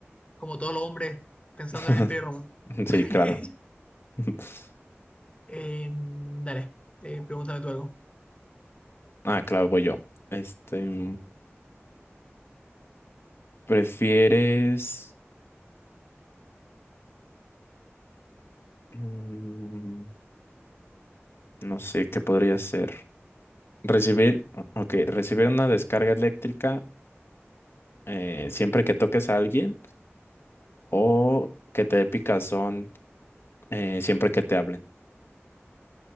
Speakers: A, on the left; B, on the left.
A: como todos los hombres pensando
B: <laughs>
A: en el Imperio Romano. <laughs>
B: Sí, claro. <laughs>
A: Eh, dale, eh, pregúntame tú algo.
B: Ah, claro, voy yo. Este, mm, ¿prefieres, mm, no sé, qué podría ser? Recibir, ok, recibir una descarga eléctrica eh, siempre que toques a alguien o que te dé picazón eh, siempre que te hablen.